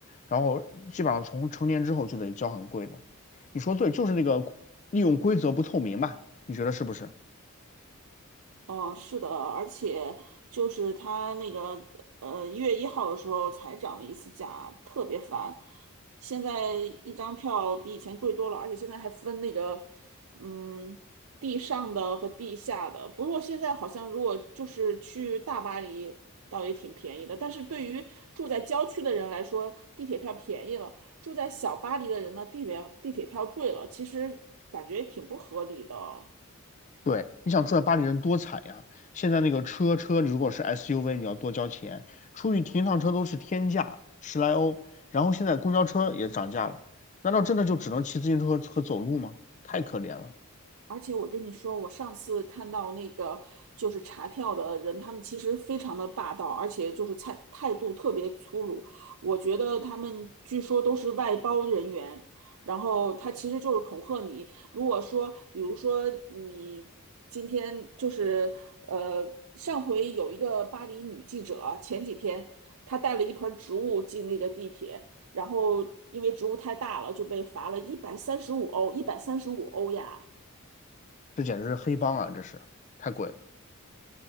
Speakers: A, on the left (about 35°); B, on the right (about 80°).
A: 然后基本上从成年之后就得交很贵的。你说对，就是那个利用规则不透明嘛，你觉得是不是？
B: 嗯，是的，而且就是他那个呃一月一号的时候才涨了一次价，特别烦。现在一张票比以前贵多了，而且现在还分那个嗯地上的和地下的。不过现在好像如果就是去大巴黎，倒也挺便宜的。但是对于住在郊区的人来说，地铁票便宜了；住在小巴黎的人呢，地铁地铁票贵了。其实感觉挺不合理的。
A: 对，你想住在巴黎人多惨呀！现在那个车车，你如果是 SUV，你要多交钱，出去停一趟车都是天价，十来欧。然后现在公交车也涨价了，难道真的就只能骑自行车和走路吗？太可怜了。
B: 而且我跟你说，我上次看到那个就是查票的人，他们其实非常的霸道，而且就是态态度特别粗鲁。我觉得他们据说都是外包人员，然后他其实就是恐吓你。如果说，比如说你今天就是呃，上回有一个巴黎女记者，前几天她带了一盆植物进那个地铁，然后因为植物太大了，就被罚了一百三十五欧，一百三十五欧呀。
A: 这简直是黑帮啊！这是太贵了。